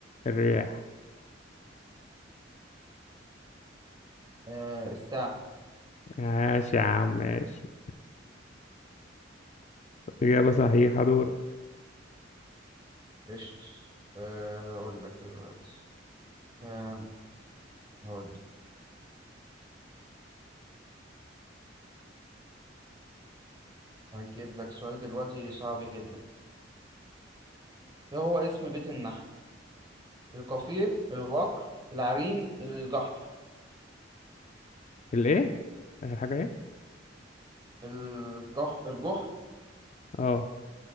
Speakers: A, on the left; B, on the right.
A: الرياح
B: آه الساعة
A: ماشي يا عم ماشي إجابة صحيحة دور
B: قشطة آه، أقول لك دلوقتي آه، هقول هجيب لك سؤال دلوقتي صعب جدا ايه هو اسم بيت النحل القفير الوقر العرين الجحر
A: الإيه آخر حاجة إيه
B: الجحر الجحر
A: اه